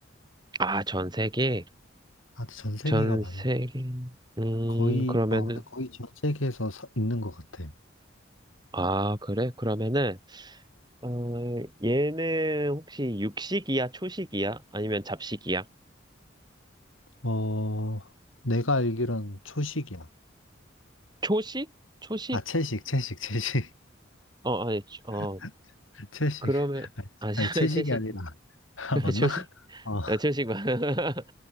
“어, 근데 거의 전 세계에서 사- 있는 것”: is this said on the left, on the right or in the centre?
Left